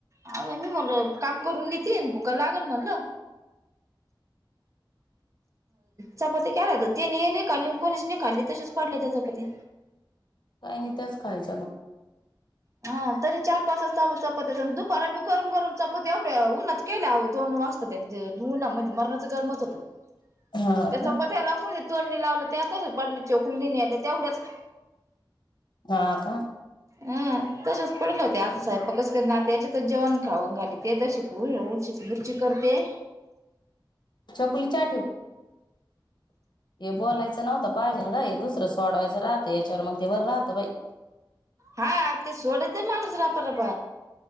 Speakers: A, on the right; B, on the left.
A: ह मी म्हणल काम करून येतील भुका लागलं म्हणलं चपात्या केलात त्यांनी नाही खाल्ली कोणीच नाही खाल्ली तसेच पडले त्या चपात्या
B: काही नाय त्याच खायच्या मग
A: हा तरी चार पाच चपात्या दुपारी गरम गरम चपात्या एवढ्या उन्हात केल्या दोन वाजता त्या उन्हामध्ये मरणाचं गरमत होतं.
B: हा
A: त्या
B: का
A: चपात्याला कोणी तोंड नाही लावलं त्या <unintelligible> पडलीत. चोकुलीन नेल्या तेवढ्याच
B: हा का
A: हा तसेच पडलं होत आता सयंपाकच करीत ना आता याच्यात तेच जेवण खाऊ घालीन ते दशी उरची मिरची करते.
B: छकुली चहा ठेव. हे बोलाय नव्हत पाहिजे ग दुसर सोडवायच राहत याच्यावर मंग ते बर राहत बाई
A: हा ते सोडतय माणूस रपारप